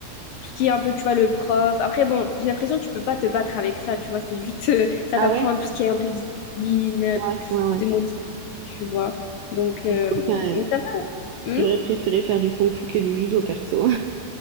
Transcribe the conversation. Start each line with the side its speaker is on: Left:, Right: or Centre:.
Left: tout ce qui est un peu, tu vois, le prof. Après, bon, j'ai l'impression que tu peux pas te battre avec ça, tu vois. C'est juste, euh, ça
Right: Ah
Left: t'apprend
Right: ouais?
Left: tout ce qui est un peu discipline,
Right: Ouais, ouais, ouais.
Left: te motiver, tu vois. Donc, euh,
Right: C'est cool
Left: mais
Right: quand même.
Left: ça va. hein.
Right: J'aurais préféré faire du kung-fu que du judo, perso.